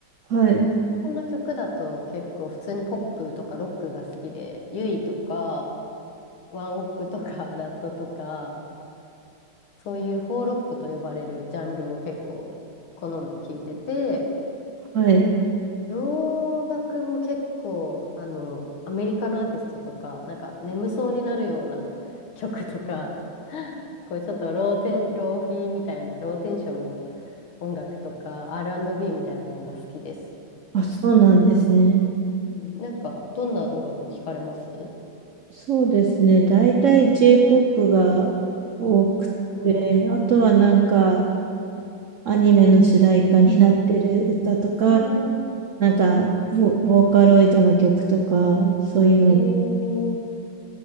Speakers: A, on the right; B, on the left.
A: はい、
B: 日本の曲だと結構普通にポップとかロックが好きで、ユイとかワンオクとか <laughs> ラットとか、そういう邦ロックと呼ばれるジャンルを結構好んで聞いてて、
A: はい。
B: 洋楽も結構、あの、アメリカのアーティストとか、なんか眠そうになるような曲とか、こうちょっとローテン、ローフィーみたいな、ローテンションの音楽とか、R&B みたいなのが好きです。
A: あ、そうなんですね。
B: うんなんか、どんな音楽聞かれます
A: そうですね。大体 J-POP が多くて、
B: うんうん。
A: あとはなんかアニメの主題歌になってる歌とか、
B: あ
A: なんかボ、ボーカロイドの曲とか、そういうのを
B: あ、えー、